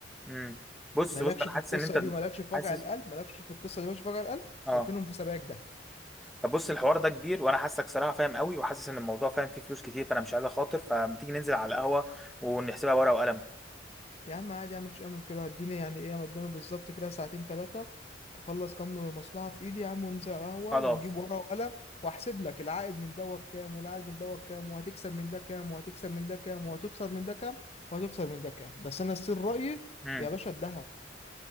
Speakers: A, in the centre; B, on the left.
A: امم بص
B: مالكش
A: بص انا
B: في
A: حاسس
B: القصه
A: ان انت
B: دي ومالكش في
A: حاسس
B: وجع القلب مالكش في القصه دي مالكش في وجع القلب
A: اه
B: اركنهم في سبائك ده
A: طب بص الحوار ده كبير وانا حاسسك صراحه فاهم قوي وحاسس ان الموضوع فاهم فيه فلوس كتير فانا مش عايز اخاطر فما تيجي ننزل على القهوه ونحسبها ورقه وقلم
B: يا عم عادي يا عم مفيش اي مشكله اديني يعني ايه انا قدامي بالظبط كده ساعتين ثلاثه اخلص كام مصلحه في ايدي يا عم وننزل على القهوه
A: خلاص
B: ونجيب ورقه وقلم واحسب لك العائد من دوت كام والعائد من دوت كام وهتكسب من ده كام وهتكسب من ده كام وهتخسر من ده كام وهتخسر من ده كام بس انا السر رايي
A: امم
B: يا باشا الذهب